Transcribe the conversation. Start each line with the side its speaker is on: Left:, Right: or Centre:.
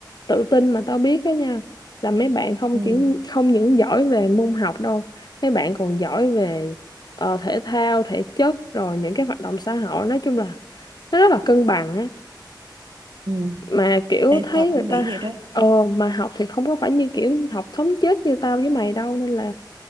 Left: tự tin mà tao biết đó nha là mấy bạn không
Right: ừ
Left: chỉ không những giỏi về môn học đâu mấy bạn còn giỏi về ờ, thể thao thể chất rồi những cái hoạt động xã hội nói chung là nó rất là cân bằng á
Right: ừ
Left: mà kiểu
Right: em
Left: thấy
Right: tao cũng
Left: người
Right: nghĩ
Left: ta
Right: vậy đó
Left: ờ mà học thì không có phải như kiểu học thống chết như tao với mày đâu nên là